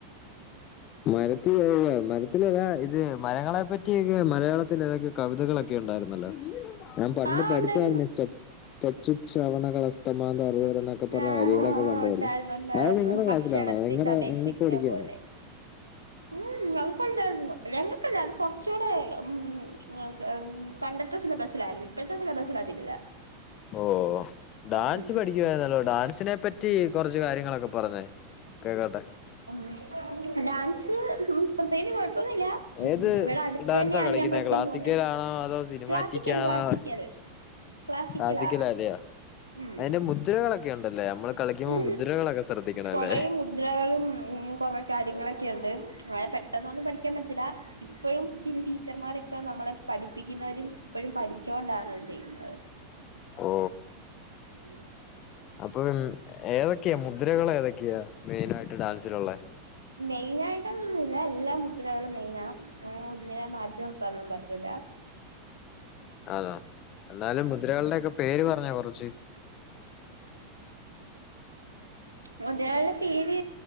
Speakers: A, on the left (about 35°); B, on the right (about 80°).
A: മരത്തി മരത്തിലല്ല ഇത് മരങ്ങളെ പറ്റിയക്കെ മലയാളത്തി തൊക്കെ കവിതകളൊക്കെ ഉണ്ടായിരുന്നല്ലോ ഞാൻ പണ്ട്
B: ആഹ്
A: പഠിച്ചായിരുന്നു
B: ഉണ്ടായിരുന്നു
A: ചച്ചുക്ഷവണകൾ അസ്തമാത അറ <inaudible> ക്കെ പറഞ്ഞ
B: ആഹ്
A: വരികളൊക്കെ പണ്ട് പ
B: ഉണ്ടായിരുന്നു ഉണ്ടായിരുന്നു
A: ആയത് നിങ്ങളുടെ ക്ലാസ്സിലാണോ
B: ഭക്ഷണത്തിന്റെ
A: നിഞക്ക്
B: അപേക്ഷിക്ക
A: പഠിക്കാൻ
B: പോലെ ഉം അതൊക്കെ ഉണ്ടായിരുന്നു ഞങ്ങക്കല്ല അത് കൊറ കൊറച്ചൂടെ ഉ പണ്ടത്തെ സിലബസിലായിരുന്നു ഇപ്പോഴത്തെ സിലബസിൽ അതില്ല
A: ഓ ഡാൻസ്
B: ഉം
A: പഠിക്കുവായിരുന്നല്ലോ ഡാൻസിനെ പറ്റി റ്റി കുറച്ച കാര്യങ്ങളൊക്കെ പറഞ്ഞേ കേക്കട്ടെ
B: ഉം ഡാൻസ് പ്രത്യേകിച്ച് കുഴ ന്നുല്ല
A: ഏത്
B: ഇവിടെ അടുത്ത
A: ഡാൻസാ
B: തന്നെയാണ്
A: കളിക്കുന്നത്
B: ഞാൻ പഠിക്കാൻ
A: ക്ലാസിക്കലാണോ
B: പോന്നത്
A: അതോ സിനിമാറ്റിക്
B: ക്ലാസിക്കൽ
A: ആണോ
B: ക്ലാസിക്കൽ ക്ലാസിക്കലാ
A: ക്ലാസിക്കൽ അല്ലയോ
B: ഉം
A: അതിന്റെ മുദ്രകളൊക്കെ ഉണ്ടല്ലേ നമ്മൾ കളിക്കുമ്പോൾ
B: ഉ
A: മുദ്രകളൊക്കെ ശ്രദ്ധിക്കണം
B: കൊടയും
A: അല്ലേ
B: മുദ്രകളും കുറെ കാര്യങ്ങളൊക്കെ ഉണ്ട് അത പ പെട്ടെന്നൊന്നും പഠിക്കാൻ പറ്റല്ല ഇപ്പോഴും സ്റ്റിൽ ടീച്ചർമാരൊക്കെ നമ്മളെ പഠിപ്പിക്കുന്നവരും ഇപ്പോഴും പഠ ച്ചോണ്ടാണത് ചെയ്യുന്നത്
A: ഓ
B: ഉം
A: അപ്പൊ ഏതൊക്കെയാ മുദ്രകൾ ഏതൊക്കെയാ മെയിന ആയിട്ട് ഡാൻസിലുള്ളെ
B: മെയിന ആയിട്ടൊന്നുംല്ല എല്ലാ മുദ്രകളും മെയിന ആ ഒന്നിനെ മാറ്റി നിർത്താനൊന്നും പറ്റില്ല ല്ലാ
A: അതാ എന്നാലും മുദ്രകളുടെ ഒക്കെ പേര് പറഞ്ഞ കുറച്ച്
B: മുദ്രകളുടെ പേര്